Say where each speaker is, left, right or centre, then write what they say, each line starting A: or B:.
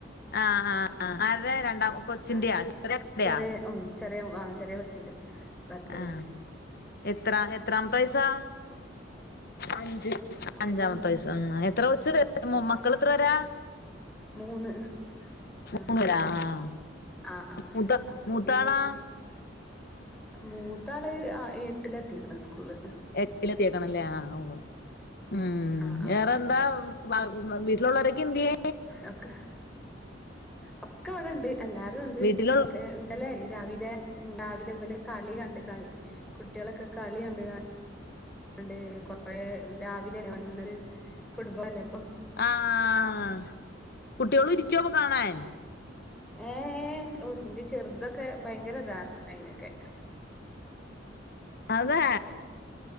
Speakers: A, on the left; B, in the centre.
A: ആഹ് ആഹ് ആഹ് ആര രണ്ടാം കൊച്ചിന്റയോ
B: ആഹ്
A: ചെറ്യാ ചെക്കന്റെയൊ
B: ചെറിയ ഉം ചെറിയ ആഹ് ചെറിയ കൊച്ചിന്റെ ബർത്ത്ഡേ
A: ആഹ്
B: ആണ്
A: എത്ര എത്രാമത്തെ വയസാ അഞ്ച്
B: അപ്പൊ
A: അഞ്ചാമത്തെവയസ്
B: ഉം
A: ആഹ് എത്രകൊച്ചണ്ട്
B: അപ്പ
A: മക്കളത്ര പേര
B: മൂന്ന് ആഹ്
A: മൂന്ന് പേരാ ആഹ്
B: ആഹ് ആഹ്
A: മൂത്ത
B: അപ്പൊപിന്നെ
A: മൂത്താളാ
B: മൂത്താള് ആഹ് എട്ടിലെത്തിക്ക്ണ് സ്കൂൾള്
A: ട്ടിലെത്തീക്ക്ണ്ല്ലേ ആഹ് ഉവ്വ് ഉം
B: ആഹ് ആഹ്
A: വേറെന്താ
B: ആഹ്
A: വ വീട്ടില്ള്ളോരെക്കെ എന്ത്യേ
B: എക്ക് ഒക്കെവ്ടെണ്ട് എല്ലാരുംണ്ട്
A: വീട്ടിലുള്ള
B: ക്കെ ഇന്നലെയ്രാവിലെ ഉം രാവിലെ ബല് കളികണ്ട്കാണേ കുട്ട്യേളൊക്കെ കളികണ്ട്കാ കണ്ട് കൊറേരാവിലെലെ വൺങ്ങ്ണത് ഫുട്ബോളല്ലേപ്പൊ
A: ആഹ് കുട്ട്യോള് രിക്ക്യോപകാണാൻ
B: എഹ് ഏഹ് ഓഹ് ഇന്റെചെർതക്കെ ഭയങ്കരതാ അയ്നൊക്കെ
A: അതെ